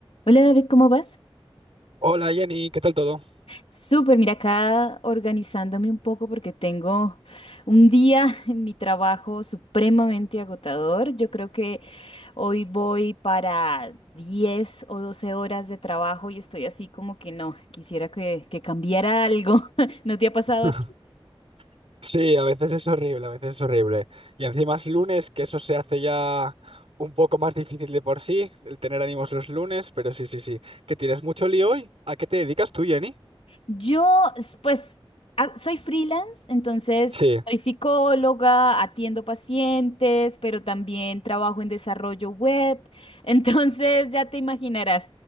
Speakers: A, on the left (about 80°); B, on the right (about 80°).
A: Hola David, ¿cómo vas?
B: Hola Jenny, ¿qué tal todo?
A: Súper, mira acá organizándome un poco porque tengo un día <laughs> en mi trabajo supremamente agotador. Yo creo que hoy voy para 10 o 12 horas de trabajo y estoy así como que no, quisiera que, que cambiara algo. <laughs> ¿No te ha pasado?
B: <laughs> Sí, a veces es horrible, a veces es horrible. Y encima es lunes, que eso se hace ya un poco más difícil de por sí, el tener ánimos los lunes, pero sí, sí, sí. ¿Que tienes mucho lío hoy? ¿A qué te dedicas tú, Jenny?
A: Yo, s- pues, a- soy freelance, entonces
B: Sí,
A: soy psicóloga, atiendo pacientes, pero también trabajo en desarrollo web. <laughs> Entonces, ya te imaginarás,